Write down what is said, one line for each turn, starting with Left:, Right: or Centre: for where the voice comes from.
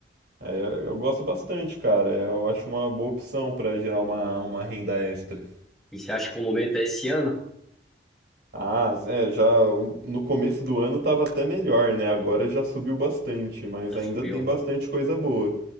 Right: É, eu, eu gosto bastante, cara. Eu acho uma boa opção para gerar uma, uma renda extra.
Centre: E você acha que o momento é esse ano?
Right: Ah, é, já no começo do ano tava até melhor, né? Agora já subiu bastante, mas
Centre: Já
Right: ainda
Centre: subiu.
Right: tem bastante coisa boa.